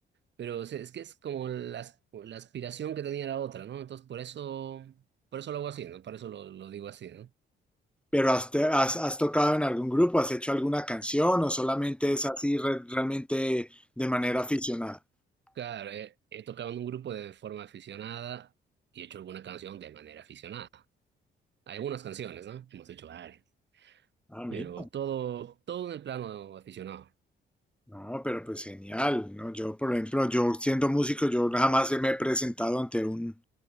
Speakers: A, on the right; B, in the centre.
A: Pero o sea, es que es como la, as- la aspiración que tenía la otra, ¿no? Entonces, por eso, por eso lo hago así, ¿no? Por eso lo, lo digo así, ¿no?
B: ¿Pero has, te- has- has tocado en algún grupo? ¿Has hecho alguna canción o solamente es así re- realmente de manera aficionada?
A: Claro, he, he tocado en un grupo de forma aficionada y he hecho alguna canción de manera aficionada. Algunas canciones, ¿no? Hemos hecho varias.
B: Ah, mira.
A: pero todo, todo en el plano aficionado.
B: No, pero pues genial, ¿no? Yo, por ejemplo, yo siendo músico, yo jamás me he presentado ante un,